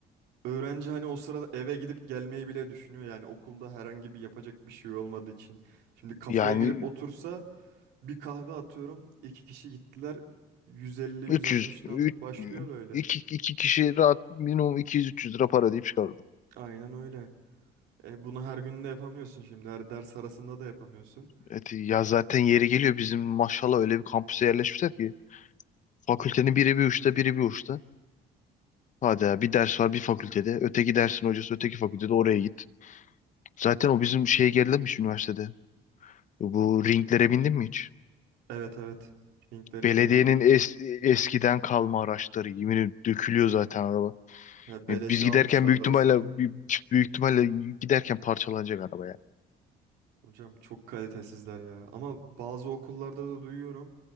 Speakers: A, on the right; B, on the left.
A: Öğrenci hani o sırada eve gidip gelmeyi bile düşünüyor. Yani okulda herhangi bir yapacak bir şey olmadığı için. Şimdi kafeye
B: Yani
A: gidip otursa bir kahve atıyorum. iki kişi gittiler. yüz elli yüz
B: 300
A: 160tan
B: 3,
A: başlıyor böyle.
B: 2 2 kişi rahat minimum 200-300 lira para deyip çıkarırım.
A: Aynen öyle. E, bunu her gün de yapamıyorsun şimdi. Her ders arasında da yapamıyorsun.
B: Evet, ya zaten yeri geliyor bizim maşallah öyle bir kampüse yerleşmişler ki fakültenin biri bir uçta biri bir uçta. Hadi ya, bir ders var bir fakültede. Öteki dersin hocası öteki fakültede oraya git. Zaten o bizim şeye gerilemiş üniversitede. Bu ringlere bindin mi hiç?
A: Evet evet. Linkleri
B: Belediyenin
A: kullanıyorum.
B: es- eskiden kalma araçları. Yemin ederim dökülüyor zaten araba.
A: Ha, beleşe
B: Yani biz
A: almışlardır
B: giderken büyük ihtimalle
A: o zaman.
B: büyük ihtimalle giderken parçalanacak araba yani.
A: <laughs> Hocam çok kalitesizler ya. Ama bazı okullarda da duyuyorum.